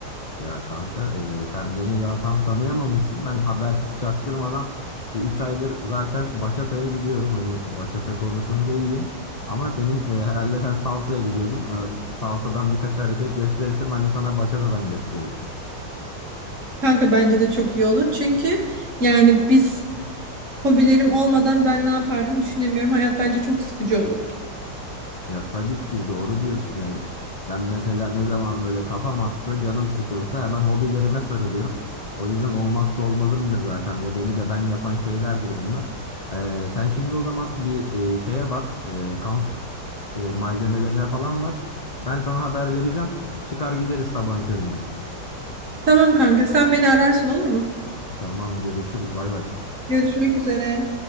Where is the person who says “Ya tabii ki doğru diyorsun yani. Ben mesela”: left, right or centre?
Left